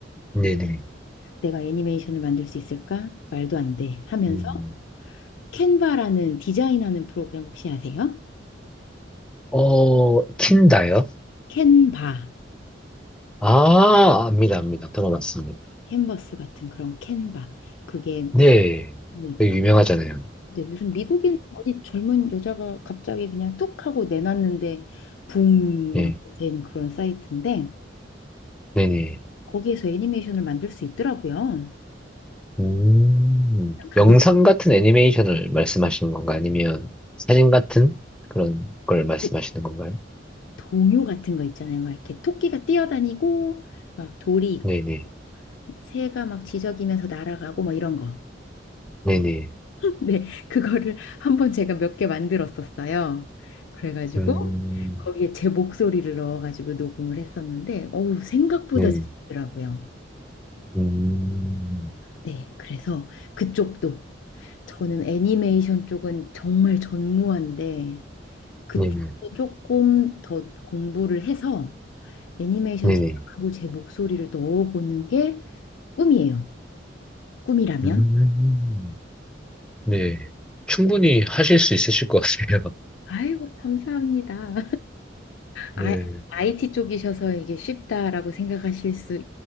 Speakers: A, in the centre; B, on the left.
A: 네네.
B: 내가 애니메이션을 만들 수 있을까? 말도 안 돼. 하면서
A: 음.
B: 캔바라는 디자인하는 프로그램 혹시 아세요?
A: 어, 틴다요?
B: 캔바,
A: 아, 압니다, 압니다. 들어봤습니다.
B: 캔버스 같은 그런 캔바. 그게
A: 네.
B: 네,
A: 되게
B: 아,
A: 유명하잖아요.
B: 네, 무슨 미국인 어디 젊은 여자가 갑자기 그냥 뚝 하고 내놨는데 붐
A: 예.
B: 이렇게 된 그런 사이트인데
A: 네네.
B: 거기에서 애니메이션을 만들 수 있더라고요.
A: 음,
B: 그냥 가볍고
A: 영상 같은 애니메이션을 말씀하시는 건가? 아니면 사진 같은 그런 걸 말씀하시는
B: 도-
A: 건가요?
B: 동요 같은 거 있잖아요. 막 이렇게 토끼가 뛰어다니고 막 돌이
A: 네네.
B: 새가 막 지저귀면서 날아가고 막 이런 거.
A: 네네.
B: 네, 그거를 한번 제가 몇 개 만들었었어요. 그래가지고
A: 음,
B: 거기에 제 목소리를 넣어가지고 녹음을 했었는데, 어우, 생각보다
A: 네.
B: 재밌더라고요.
A: 음,
B: 네, 그래서 그쪽도 저는 애니메이션 쪽은 정말 전무한데 그쪽도
A: 네네.
B: 조금 더 공부를 해서 애니메이션
A: 네네.
B: 제작하고 제 목소리를 넣어보는 게 꿈이에요. 꿈이라면.
A: 음, 네. 충분히 하실 수 있으실 것 같아요.
B: 아이고, 감사합니다.
A: <laughs>
B: 아,
A: 네.
B: IT 쪽이셔서 이게 쉽다라고 생각하실 수